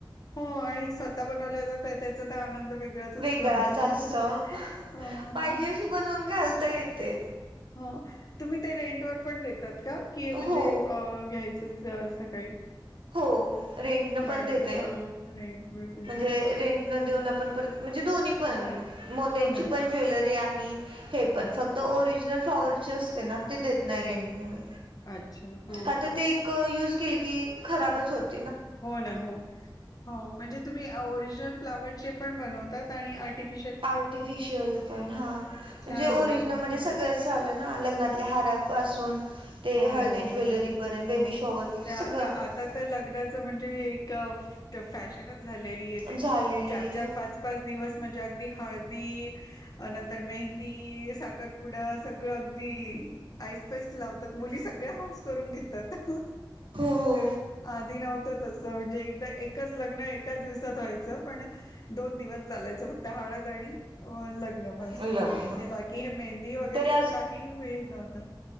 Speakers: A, on the left; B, on the right.
A: हो आणि स्वतः बनवले जात त्याचा तर आनंद वेगळाच असतो
B: वेगळाच
A: अजून
B: असतो
A: हाह अ
B: पाहिजे
A: हा
B: अशी बनवून घालता येते
A: हो तुम्ही ते रेंट र पण देतात का, कि म्हणजे
B: हो
A: घ्यायचंच की अस काही
B: हो रेंट न
A: भाड्या
B: पण देत
A: हा रेंटवर घेतात
B: म्हणजे रेंट न देऊन आपण परत म्हणजे दोन्ही पण
A: हो
B: मोत्यांची
A: हो ना
B: पण ज्वेलरी आहे. आणि हे पण फक्त ओरिजनल फ्लाॉवरचे असते ना ते देत नाही रेंटने मी
A: अच्छा हो
B: आता ते एक युज केले की खराबच होत.
A: हो ना हो हो म्हणजे तुम्ही ओरिजनल फ्लावरचे पण बनवतात आणि आर्टिफ
B: आर्टिफिशिल पण हा म्हणजे
A: छान
B: ओरिजनल
A: ना मस्त
B: म सगळच आलं ना लग्नातल्या हारापासून ते
A: हो,
B: हळदी
A: हो,
B: ज्वेलरीपर्यंत
A: हो,
B: बेबी
A: हो
B: शॉवर वगैरे
A: त्या
B: सगळं
A: आता तर लग्नाच म्हणजे एक फॅशनच झालेली य ते
B: झालेले
A: चार
B: हो
A: -चार पाच -पाच दिवस म्हणजे अगदी हळदी नंतर मेहंदी साखरपुडा सगळ अगदी स्पेस लावतात मुली सगळ्या हौस करून घेतात आहा
B: हो
A: आधी नव्हत नव्हत तसं म्हणजे एकच लग्न एकाच दिवसात व्हायचं पण दोन दिवस चालायचं फक्त हा हळद आणि लग्न बस
B: लग्न
A: हे बाकी हे मेहंदी वगैरेच
B: तरी
A: काही व नव्हत